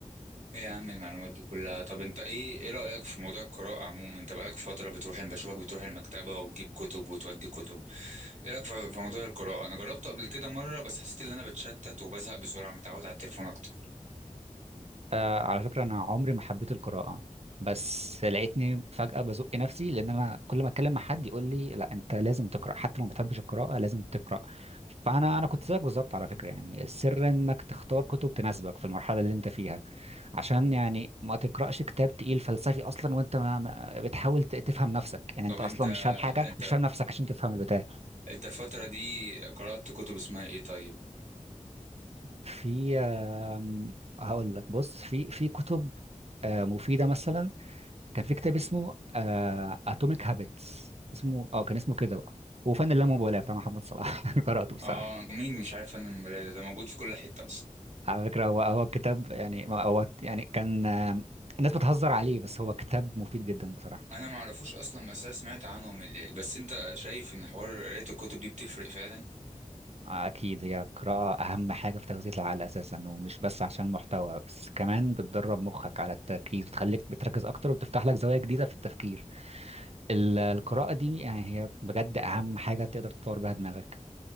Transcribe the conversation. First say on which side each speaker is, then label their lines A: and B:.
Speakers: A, on the right; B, on the right.
A: ايه يا عم المعلومات دي كلها طب انت ايه ايه رايك في موضوع القراءه عموما انت بقالك فتره بتروح انا بشوفك بتروح المكتبه وتجيب كتب وتودي كتب ايه رايك في في موضوع القراءه انا جربته قبل كده مره بس حسيت ان انا بتشتت وبزهق بسرعه متعود على التليفون اكتر
B: آه على فكرة أنا عمري ما حبيت القراءة بس لقيتني فجأة بزق نفسي لأن أنا كل ما أتكلم مع حد يقول لي لا أنت لازم تقرأ حتى لو ما بتحبش القراءة لازم تقرأ فأنا أنا كنت زيك بالظبط على فكرة يعني السر إنك تختار كتب تناسبك في المرحلة اللي أنت فيها عشان يعني ما تقرأش كتاب تقيل فلسفي أصلا وأنت ما ما- بتحاول ت- تفهم نفسك يعني
A: طب
B: أنت أصلا
A: انت
B: مش فاهم حاجة
A: انت
B: مش فاهم نفسك عشان تفهم البتاع
A: انت الفتره دي قرات كتب اسمها ايه طيب
B: في آم، هقول لك بص في في كتب آه، مفيدة مثلا كان في كتاب اسمه اتوميك هابتس اسمه اه كان اسمه كده بقى وفن اللامبالاه بتاع محمد صلاح <laughs> انا قراته بصراحه
A: اه مين مش عارف انا المرايه ده ده موجود في كل حته اصلا
B: على فكره هو هو الكتاب يعني هو يعني كان آه، الناس بتهزر عليه بس هو كتاب مفيد جدا بصراحه
A: انا ما اعرفوش اصلا بس انا سمعت عنهم اللي. بس انت شايف ان حوار قرايه الكتب دي بتفرق فعلا
B: اكيد هي قراءه اهم حاجه في تغذيه العقل اساسا ومش بس عشان المحتوى بس كمان بتدرب مخك على التركيز بتخليك بتركز اكتر وبتفتح لك زوايا جديده في التفكير ال- القراءه دي يعني هي بجد اهم حاجه تقدر تطور بيها دماغك